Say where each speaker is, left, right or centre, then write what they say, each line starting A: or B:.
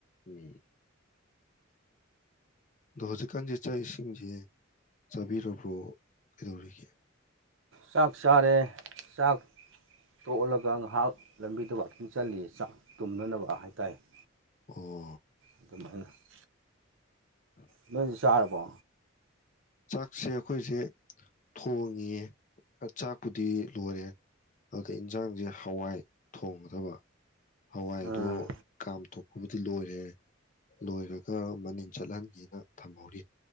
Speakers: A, on the left; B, on the right.
A: ꯎꯝ ꯗꯣ ꯍꯧꯖꯤꯛꯀꯥꯟꯖꯦ ꯆꯥꯛ ꯏꯁꯤꯡꯖꯦ ꯆꯥꯕꯤꯔꯕ꯭ꯔꯣ ꯀꯩꯗꯧꯔꯤꯒꯦ꯫
B: ꯆꯥꯛ ꯆꯥꯔꯦ ꯆꯥꯛ ꯇꯣꯛꯑꯂꯒ ꯉꯍꯥꯛ ꯂꯝꯕꯤꯗ ꯋꯥꯀꯤꯡ ꯆꯜꯂꯤꯌꯦ ꯆꯥꯛ ꯇꯨꯝꯅꯅꯕ ꯍꯥꯏꯇꯥꯏ ꯫
A: ꯑꯣ꯫
B: <unintelligible>
A: <inaudible>
B: ꯅꯣꯏꯗꯤ ꯆꯥꯔꯕꯣ꯫
A: ꯆꯥꯛꯁꯦ ꯑꯩꯈꯣꯏꯁꯦ ꯊꯣꯡꯉꯤꯌꯦ ꯆꯥꯛꯄꯨꯗꯤ ꯂꯣꯏꯔꯦ꯫ ꯑꯗꯨ ꯏꯟꯖꯥꯡꯁꯦ ꯍꯋꯥꯏ ꯊꯣꯡꯒꯗꯕ ꯍꯋꯥꯏꯗꯣ
B: ꯎꯝ
A: ꯀꯥꯝꯊꯣꯛ ꯕꯨꯗꯤ ꯂꯣꯏꯔꯦ ꯂꯣꯏꯔꯒ ꯃꯅꯤꯟ ꯆꯠꯍꯟꯒꯦꯅ ꯊꯝꯍꯧꯔꯤ꯫